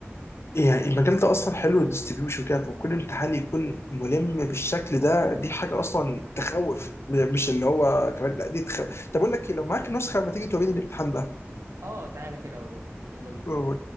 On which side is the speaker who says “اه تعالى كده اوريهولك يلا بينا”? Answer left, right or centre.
Right